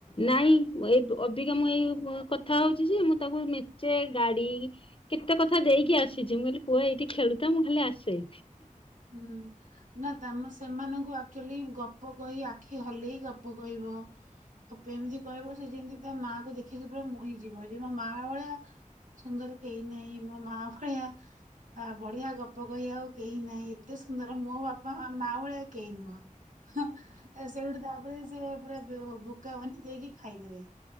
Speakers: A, on the left; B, on the right.
A: ନାଇଁ ଏବ୍ ଅବିକା ମୁଁ ଏଇ କଥା ହଉଛି ଯେ ମୁଁ ତାକୁ ନିଚେ ଗାଡି, କେତେ କଥା ଦେଇକି ଆସିଛି ମୁଁ କହିଲି ପୁଅ ଏଇଠି ଖେଳୁଥା ମୁଁ ଖାଲି ଆସେ।
B: ହୁଁ। ନା ତମେ ସେମାନଙ୍କୁ ଆକ୍ଚୁଆଲି ଗପ କହି ଆଖି ହଲେଇ ଗପ କହିବ। ତାକୁ ଏମିତି କହିବ ସେ ଯେମିତି ତା ମାଆ କୁ ଦେଖିକି ପୁରା ମୋହି ଯିବ ଯେ ମୋ ମା ଭଳିଆ ସୁନ୍ଦର କେହି ନାହିଁ ମୋ ମା ଭଳିଆ ବା ବଢିଆ ଗପ କହିବା ଆଉ କେହି ନାହିଁ। ଏତେ ସୁନ୍ଦର ମୋ ବାପା ମା ଭଳିଆ କେହି ନୁହଁ। ସେଇଠୁ ତାପରେ ସେ ପୁରା ବେ ବୋକା ବନି ଯାଇକି ଖାଇଦେବେ।